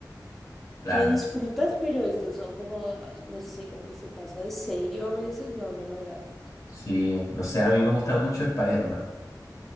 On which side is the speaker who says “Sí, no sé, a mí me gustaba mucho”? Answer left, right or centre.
Left